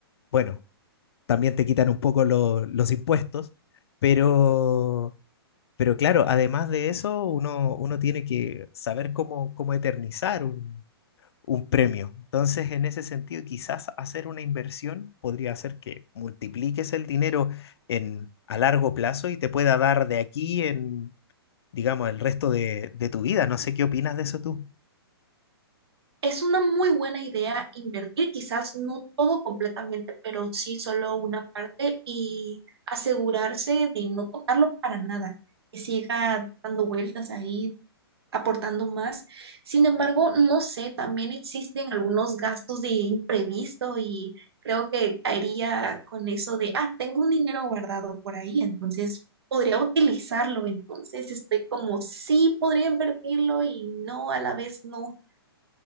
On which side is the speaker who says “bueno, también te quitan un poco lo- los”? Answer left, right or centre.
Left